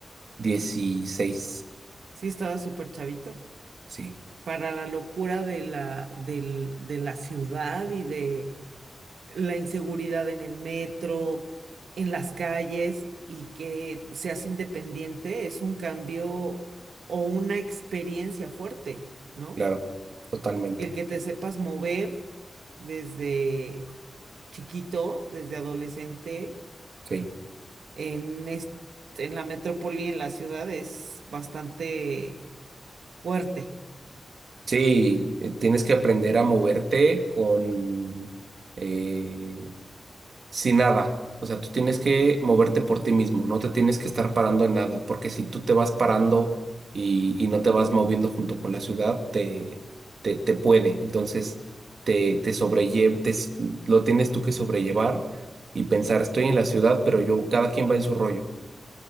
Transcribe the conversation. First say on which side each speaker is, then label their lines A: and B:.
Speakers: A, on the right; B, on the right.
A: dieciséis
B: Sí, estaba súper chavito.
A: sí.
B: Para la locura de la, del- de la ciudad y de la inseguridad en el metro, en las calles y que seas independiente es un cambio o una experiencia fuerte, ¿no?
A: Claro, totalmente.
B: El que te sepas mover desde chiquito, desde adolescente,
A: Sí,
B: en, est- en la metrópoli, en la ciudad, es bastante fuerte.
A: sí, eh, tienes que aprender a moverte con eh, sin nada. O sea, tú tienes que moverte por ti mismo, no te tienes que estar parando en nada, porque si tú te vas parando y, y no te vas moviendo junto con la ciudad, te, te, te puede. Entonces, te, te sobrelle- te s- lo tienes tú que sobrellevar y pensar, estoy en la ciudad, pero yo, cada quien va en su rollo.